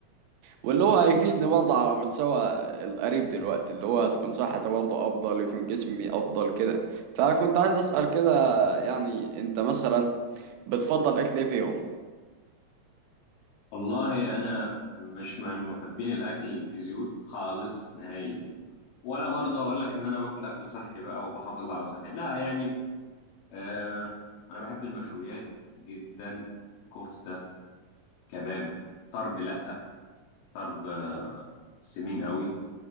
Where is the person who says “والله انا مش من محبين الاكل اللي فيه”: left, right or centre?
Left